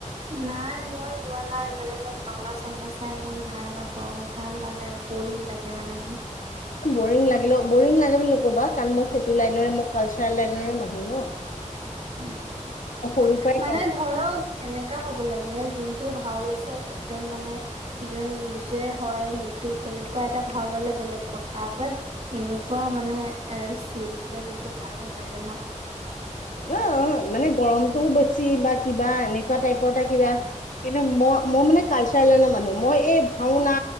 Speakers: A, on the right (about 55°); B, on the left (about 85°).
A: নাই মই যোৱা নাই মানে মই ভাওনা চাওনা চাই ইমান ভাল নাপাওঁও ভাল নালাগে বৰিং লাগে মানে মোৰ
B: বৰিং লাগিলে বৰিং লাগে বুলি নকবা কাৰণ মোক সেইটো লাইনে মই কালচাৰেল লাইনে মানুহ ন
A: উম,
B: মই সৰুৰ পৰাই
A: মানে
B: কালচাৰ
A: ধৰক এনেকা হ'ব লাগে যোনটো ভাল আছে একদম মানে যেন নিজে হয় সেইটো তেনেকুৱা এটা ভাল ললে বেলেগ কথা বাট এনেকুৱা মানে, এ ইউজুৱেল এইটো ভাল নালাগে ন
B: ন মানে, গৰমটোও বেছি বা কিবা এনেকুৱা টাইপৰ এটা কিবা কিন্তু মই মই মানে কালচাৰেলনৰ মানুহ মই এই ভাওনা